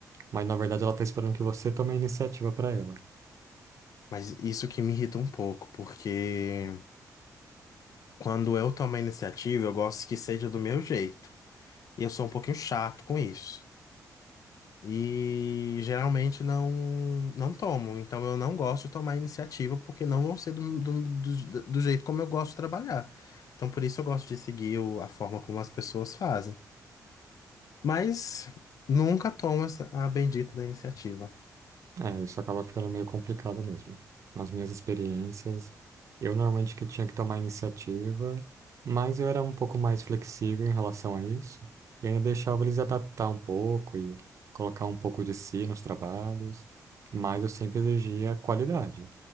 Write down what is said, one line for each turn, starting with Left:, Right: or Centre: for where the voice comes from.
Right: mas na verdade ela está esperando que você tome a iniciativa para ela.
Left: mas isso que me irrita um pouco, porque quando eu tomo a iniciativa, eu gosto que seja do meu jeito. E eu sou um pouquinho chato com isso. E geralmente não, não tomo. Então eu não gosto de tomar iniciativa porque não vão ser do, do, do, do jeito como eu gosto de trabalhar. Então por isso eu gosto de seguir o- a forma como as pessoas fazem. Mas nunca tomo essa, a bendita da iniciativa.
Right: É, isso acaba ficando meio complicado mesmo. Nas minhas experiências, eu normalmente que tinha que tomar iniciativa, mas eu era um pouco mais flexível em relação a isso, e ainda deixava eles adaptar um pouco e colocar um pouco de si nos trabalhos, mas eu sempre exigia qualidade,